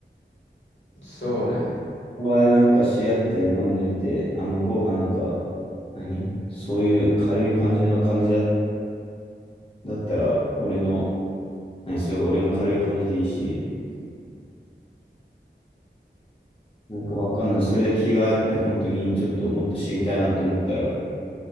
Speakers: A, on the left; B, on the left.
A: そうね。
B: ここでなんか知り合って飲んでみて、あ、向こうがなんか、何そういう軽い感じの感じだ、だったら、俺の、何そういう俺も軽い感じでいいし、なんかわかんない。それで着替えって本当にちょっともっと知りたいなって思ったら